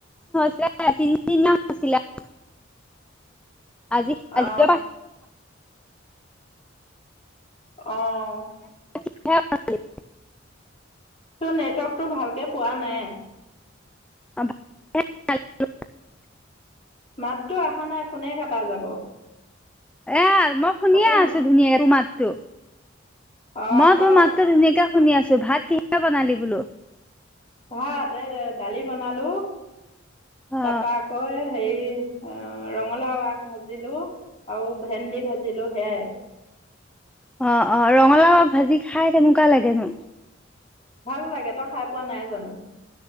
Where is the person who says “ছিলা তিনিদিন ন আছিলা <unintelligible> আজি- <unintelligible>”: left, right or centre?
Centre